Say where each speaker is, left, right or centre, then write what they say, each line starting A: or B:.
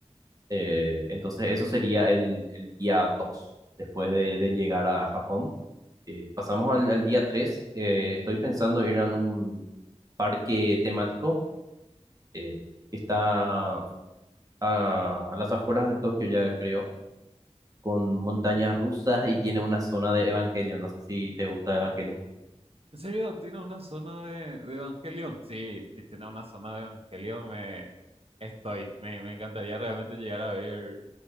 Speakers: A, on the right (about 30°); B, on the right (about 55°).
A: Eh, entonces eso sería el, el día 2 después de, de llegar a Japón. Eh, pasamos al, al día tres eh, estoy pensando ir a un parque temático eh, que está a, a las afueras de Tokio, ya creo, con montañas rusas y tiene una zona de Evangelion. No sé si te gusta Evangelion.
B: ¿En serio? ¿Tiene una zona de, de Evangelion? Sí, si tiene una zona de Evangelion, me estoy. Me, me encantaría realmente llegar a ver,